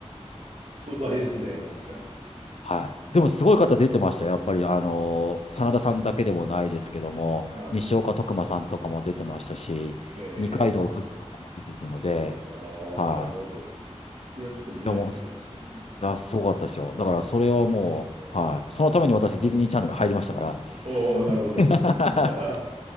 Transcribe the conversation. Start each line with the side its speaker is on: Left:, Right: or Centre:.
Right: 壮大ですね、確かに。
Left: はい。でもすごい方出てましたよ。やっぱり、あのー、真田さんだけでもないですけども、
Right: はい。
Left: 西岡徳馬さんとかも出てましたし、
Right: ええ、
Left: 二階堂ふみとかも出てるので、
Right: あ
Left: は
Right: あ、なるほど。それはちょっと見ないといけないですね。
Left: い。いや、もう、いや、すごかったですよ。だから、それはもう、はい。そのために私、ディズニーチャンネル入りましたから。
Right: おお、なるほど。
Left: <laughs>
Right: <laughs>